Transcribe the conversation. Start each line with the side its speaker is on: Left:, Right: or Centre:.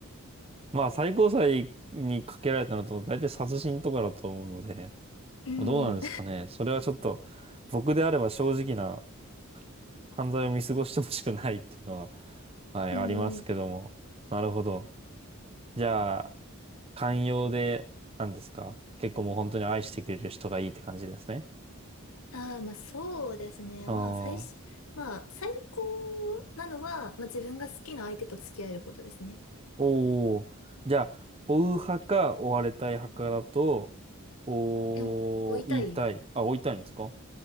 Right: まあ、最高裁にかけられたのと、大体殺人とかだと思うので、
Left: うん。
Right: どうなんですかね。それはちょっと、僕であれば正直な犯罪を見過ごしてほしくないっていうのは、はい、
Left: <laughs> うん。
Right: ありますけども。なるほど。じゃあ、寛容で、なんですか結構もう本当に愛してくれる人がいいって感じですね。
Left: ああ、まあそうですね。
Right: ああ、
Left: まあ最初、まあ最高なのは、まあ自分が好きな相手と付き合えることですね。
Right: おお。じゃあ、追う派か追われたい派かだと、おー、
Left: いやもう、追いたい。
Right: 言いたい。あ、追いたいんですか